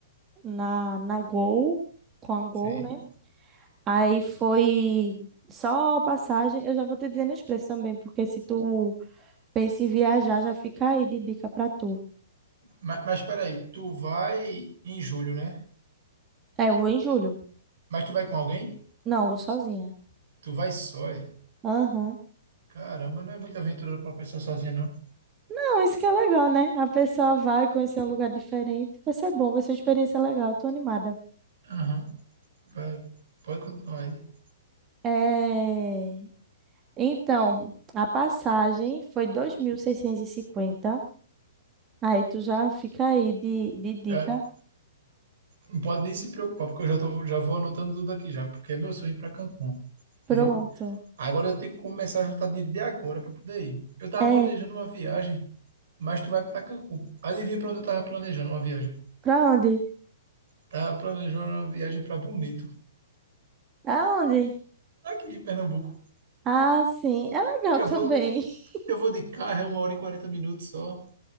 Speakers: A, on the right (about 15°); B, on the right (about 55°).
A: na, na Gol, com a Gol,
B: sim.
A: né? Aí foi só a passagem. Eu já vou te dizendo os preços também, porque se tu pensa em viajar, já fica aí de dica pra tu.
B: Mas, mas peraí, tu vai em julho, né?
A: É, eu vou em julho.
B: Mas tu vai com alguém?
A: Não, vou sozinha.
B: Tu vai só, é?
A: Aham.
B: Caramba, não é muita aventura pra uma pessoa sozinha, não.
A: Não, isso que é legal, né? A pessoa vai conhecer um lugar diferente. Vai ser bom, vai ser uma experiência legal. Tô animada.
B: Aham, vai, pode continuar aí.
A: É... Então, a passagem foi 2.650. Aí tu já fica aí de, de dica.
B: É, não pode nem se preocupar, porque eu já tô, já vou anotando tudo aqui já, porque é meu sonho ir pra Cancún, entendeu?
A: Pronto.
B: Agora eu tenho que começar a juntar dinheiro de agora pra poder ir. Eu tava
A: É,
B: planejando uma viagem, mas tu vai pra Cancún. Adivinha pra onde eu tava planejando uma viagem?
A: pra onde?
B: Tava planejando uma viagem pra Bonito,
A: Aonde?
B: aqui em Pernambuco.
A: Ah, sim. É legal
B: Eu
A: também.
B: vou,
A: <laughs>
B: eu vou de carro, é uma hora e 40 minutos só,